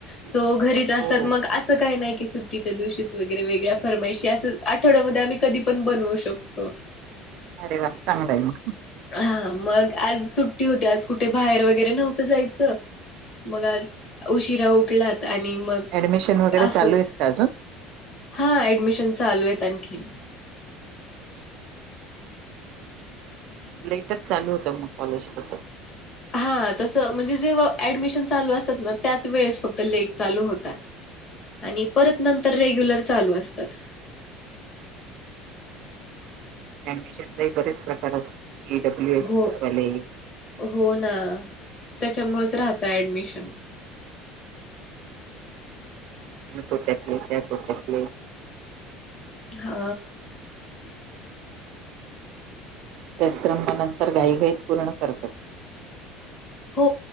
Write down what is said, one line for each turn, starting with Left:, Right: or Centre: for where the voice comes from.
Left: सो घरीच असतात.
Right: हो.
Left: मग असं काही नाही की सुट्टीच्या दिवशीच वगैरे वेगळ्या फर्मयशी, असं आठवड्यामध्ये आम्ही कधी पण बनवू शकतो.
Right: अरे वा! चांगलं आहे मग.
Left: हा मग आज सुट्टी होती. आज कुठे बाहेर वगैरे नव्हतं जायचं. मग आज उशिरा उटलात आणि मग
Right: ऍडमिशन वगैरे
Left: असंच
Right: चालू आहेत का अजून?
Left: हा ऍडमिशन चा चालू आहेत आणखी
Right: अ लेटच चालू होतं मग कॉलेज तसं
Left: हा तसं म्हणजे जे ऍडमिशन चालू असतात ना त्याच वेळेस फक्त लेट चालू होतात आणि परत नंतर रेग्युलर चालू असतात
Right: अम्बिशन ला एक बरेच प्रकार असतात डब्ल्यू एसवाले
Left: हो, हो ना त्याच्यामुळेच राहत ऍडमिशन
Right: त्याू त्याली त्याकली
Left: हा
Right: त्यासक्रभ नंतर गाई गाईत पूर्ण करतात
Left: हो